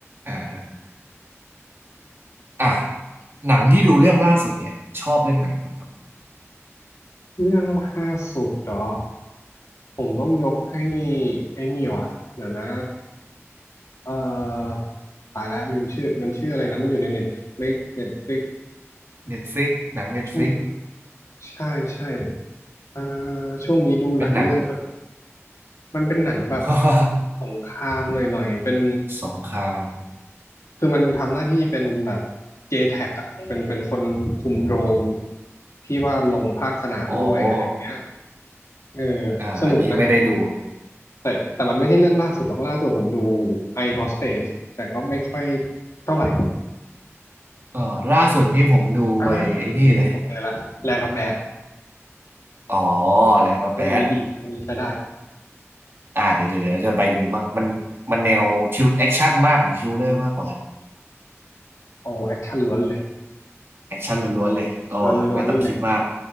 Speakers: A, on the right; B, on the left.
A: อ่าฮะอ่ะหนังที่ดูเรื่องล่าสุดเนี่ยชอบเรื่องไหนบ้างครับ
B: เรื่องล่าสุดเหรอผมต้องยกให้ไอ้นี่ว่ะเดี๋ยวนะเอ่อตายแล้วลืมชื่อมันชื่ออะไรนะมันอยู่ในเน็ตฟลิกเน็ตฟลิก
A: Netflix หนัง Netflix
B: ช่วงใช่ใช่เอ่อช่วงนี้ดูหลายเรื่อง
A: เป็นหนัง
B: มันเป็นหนังแบบ
A: <laughs>
B: สงครามหน่อยๆเป็น
A: สงคราม
B: คือมันทำหน้าที่เป็นแบบ JTAC อ่ะเป็นเป็นคนคุมโดรนที่ว่าลงภาคสนามด้วยอะไรอย่างเงี้ย
A: โอ้อ
B: เออ
A: ่าอันนี้ไม่ได้ดู
B: สนุกนะ แต่แต่มันไม่ใช่เรื่องล่าสุดหรอกล่าสุดผมดู I Hostage แต่ก็ไม่ค่อยเท่าไหร่
A: เออล่าสุดนี่ผมดูไปไอ้นี่เลย
B: อ่าผมเจอละ Land of Bad
A: อ๋อแล้วก็แบท
B: เอออันนี้ดีอันนี้ใช้ได้
A: อ่าเดี๋ยวเดี๋ยวเดี๋ยวจะไปดูบ้างมันมันแนวทิวแอคชั่นมากหรือทิวเลอร์มากกว่ากัน
B: โอ้แอคชั่นล้วนเลย
A: แอคชั่นล้วนๆเลยอ๋อไม่ต้องคิดมาก
B: ล้วนล้วนเลย